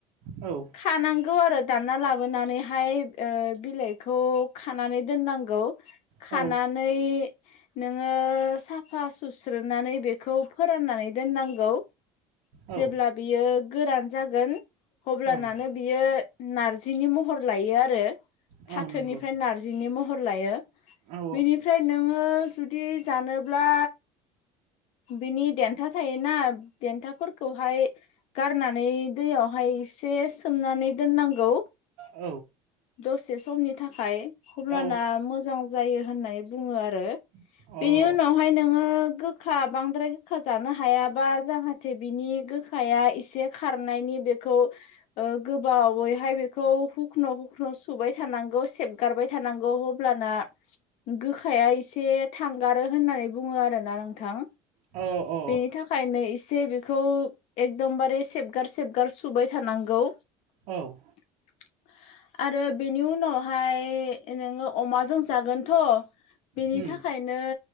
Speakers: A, on the right; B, on the left.
A: औ
B: खानांगौ आरो दानना लाबोनानैहाय बिलाइखौ खानानै दोननांगौ खानानै
A: औ
B: नोङो साफा सुस्रोनानै बेखौ फोराननानै दोननांगौ
A: औ
B: जेब्ला बियो गोरान जागोन अब्लानानो
A: ओं
B: बियो नारजिनि महर लायो आरो
A: औ
B: फाथोनिफ्राय
A: नंगौ
B: नारजि नि महर लायो
A: औ
B: बिनिफ्राय नोङो जुदि जानोब्ला बिनि देन्था थायोना देन्थाफोरखौहाय गारनानै दैयावहाय से सोमनानै दोननांगौ
A: औ
B: दसे समनि थाखाय अब्लाना
A: औ
B: मोजां जायो होननानै बुंङो आरो
A: अ
B: बेनि
A: औ औ
B: उनावहाय नोंङो गो- खा बांद्राय गोखा जानो हायाबा जाहाथे बिनि गोखाया एसे खारनायनि बेखौ ओ गोबावैहाय बेखौ हुखुनु हुखुनु सुबाय थानांगौ सेब गारबाय थानांगौ अब्लाना गोखाया एसे थांगारो होननानै बुंङो आरोना नोंथां
A: अ अ
B: बेनि थाख खायनै इसे बेखौ एकदमबारे सेबगार सेबगार सुबाय थानांगौ
A: औ
B: <inaudible> आरो बेनि उनावहाय नोंङो अमाजों जागोनथ' बेनि
A: उम
B: थाखायनो